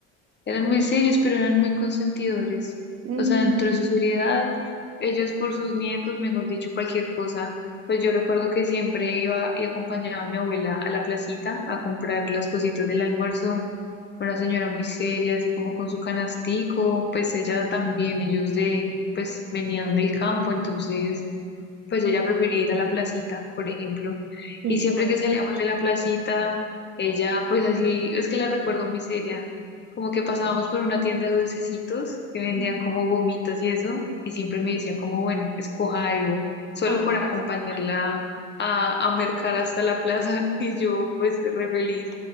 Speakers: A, on the left; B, on the right.
A: Eran muy serios, pero eran muy consentidores.
B: Mm,
A: O sea, dentro de su seriedad, ellos por sus nietos, mejor dicho, cualquier cosa. Pues yo recuerdo que siempre iba y acompañaba a mi abuela a la placita a comprar las cositas del almuerzo. Una señora muy seria, así como con su canastico, pues ella también, ellos de, pues venían del campo, entonces pues ella prefería ir a la placita, por ejemplo.
B: sí,
A: Y siempre
B: por.
A: que salíamos de la placita, ella, pues así, es que la recuerdo muy seria. Como que pasábamos por una tienda de dulcecitos que vendían
B: Ujú.
A: como gomitas y eso, y siempre me decía como, bueno, escoja algo, solo
B: Ah.
A: por acompañarla a, a mercar hasta la plaza. <laughs> Y yo, pues, re feliz.